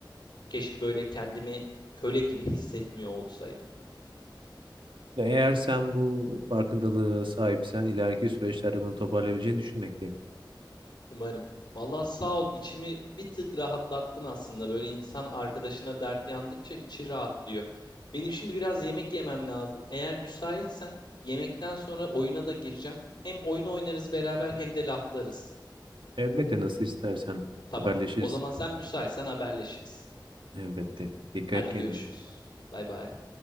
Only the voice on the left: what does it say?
Keşke böyle kendimi köle gibi hissetmiyor olsaydım.
Umarım. Vallahi sağ ol, içimi bir tık rahatlattın aslında. Böyle insan arkadaşına dert yandıkça içi rahatlıyor. Benim şimdi biraz yemek yemem lazım. Eğer müsaitsen yemekten sonra oyuna da gireceğim. Hem oyun oynarız beraber hem de laflarız.
Tamam. O zaman sen müsaitsen haberleşiriz.
Hadi
görüşürüz. Bay bay.